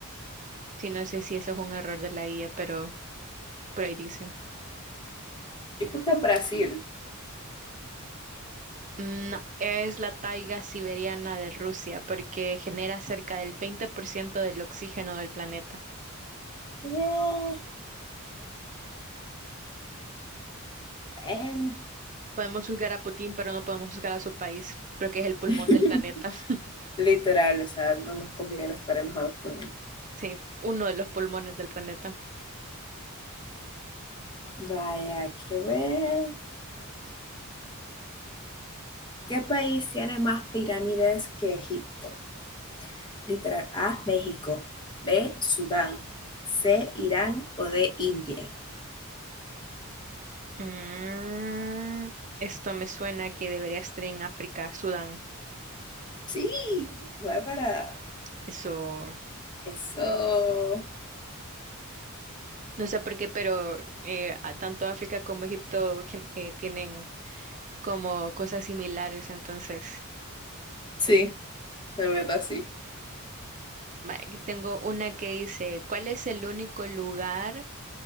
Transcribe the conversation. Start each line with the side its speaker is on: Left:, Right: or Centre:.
Right: Sí, no sé si eso es un error de la IA, pero por ahí dice.
Left: Yo creo que Brasil.
Right: Mm, No, es la taiga siberiana de Rusia porque genera cerca del 20% del oxígeno del planeta.
Left: ¿Qué? Bueno.
Right: Podemos juzgar a Putin, pero no podemos juzgar a su país, porque es el pulmón
Left: <laughs>
Right: del planeta. <laughs>
Left: Literal, o sea, no nos conviene estar enojados con él.
Right: Sí, uno de los pulmones del planeta.
Left: Vaya, quiero ver. ¿Qué país tiene más pirámides que Egipto? Literal. A, México. B, Sudán. C, Irán o D, India.
Right: Mm, esto me suena que debería estar en África, Sudán.
Left: Sí, Bárbara.
Right: Eso,
Left: Eso.
Right: no sé por qué, pero eh, a- tanto África como Egipto gen- eh, tienen como cosas similares. Entonces,
Left: Sí, la verdad sí.
Right: va, aquí tengo una que dice, ¿cuál es el único lugar